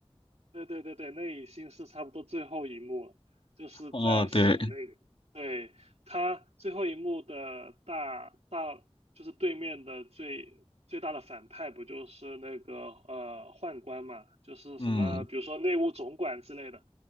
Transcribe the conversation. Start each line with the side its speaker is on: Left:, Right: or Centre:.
Right: 对对对对，那已经是差不多最后一幕了，就是在省内。
Left: 哦，对，
Right: 对，他最后一幕的大大，就是对面的最最大的反派，不就是那个呃宦官嘛？就是什么，
Left: 嗯
Right: 比如说内务总管之类的，